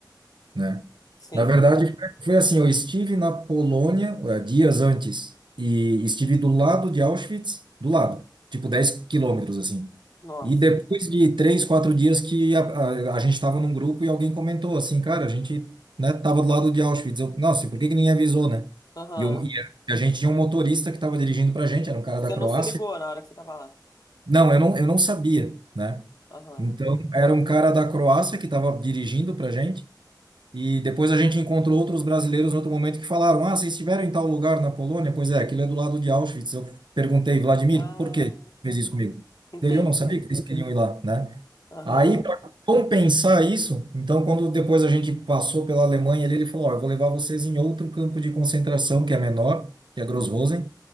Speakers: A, on the right; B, on the left.
A: né?
B: sim.
A: Na verdade, foi foi assim, eu estive na Polônia, eh, dias antes e estive do lado de Auschwitz, do lado, tipo 10 quilômetros assim.
B: Nossa.
A: E depois de três, quatro dias que a, a, a gente estava num grupo e alguém comentou assim, cara, a gente, né, tava do lado de Auschwitz. Eu, nossa, e por que que ninguém avisou, né?
B: Aham.
A: E, eu, e a gente tinha um motorista que estava dirigindo pra gente, era um cara
B: Você
A: da Croácia.
B: não se ligou na hora que você tava lá.
A: Não, eu não, eu não sabia, né?
B: Aham.
A: Então, era um cara da Croácia que estava dirigindo pra gente. E depois a gente encontrou outros brasileiros em outro momento que falaram: Ah, vocês estiveram em tal lugar na Polônia? Pois é, aquilo é do lado de Auschwitz. Eu perguntei, Vladimir,
B: Ah,
A: por que fez isso comigo?
B: entendi.
A: Ele, eu não sabia que eles queriam ir lá, né?
B: Aham.
A: Aí, para compensar isso, então, quando depois a gente passou pela Alemanha, ele, ele falou: Ó, eu vou levar vocês em outro campo de concentração que é menor, que é Gross-Rosen,